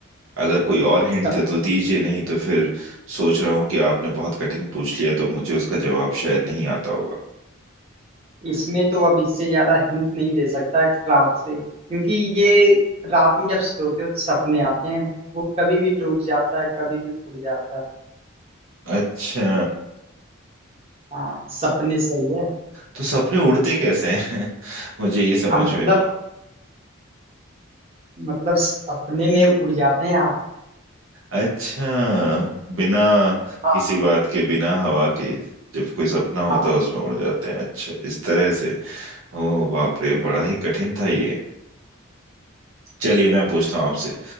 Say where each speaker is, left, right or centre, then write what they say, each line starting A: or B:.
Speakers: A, on the right; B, on the right.
A: अगर कोई और हिंट
B: है
A: दे तो दीजिए नहीं तो फिर सोच रहा हूँ कि आपने बहुत कठिन पूछ लिया तो मुझे उसका जवाब शायद नहीं आता होगा
B: इसमें तो अब इससे ज्यादा हिंट नहीं दे सकता रात से क्योंकि ये रात में जब सोते हो तो सपने आते हैं वो कभी भी डूब जाता है कभी भी उड़ जाता है
A: अच्छा
B: हाँ सपने सही है
A: तो सपने उड़ते कैसे हैं <laughs> मुझे ये समझ
B: अब मतलब
A: में नहीं
B: मतलब सपने में उड़ जाते हैं आप
A: अच्छा बिना
B: हाँ
A: किसी बात के बिना हवा के जब कोई सपना होता
B: हाँ
A: है उसमें उड़ जाते हैं अच्छा इस तरह से ओ बाप रे बड़ा ही कठिन था ये चलिए मैं पूछता हूँ आपसे